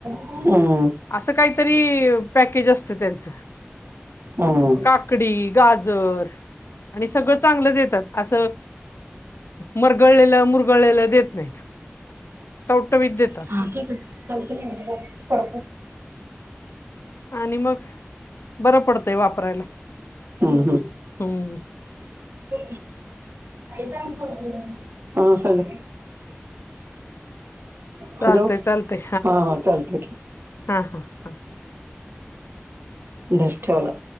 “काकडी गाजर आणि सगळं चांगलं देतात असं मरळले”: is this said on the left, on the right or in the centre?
Left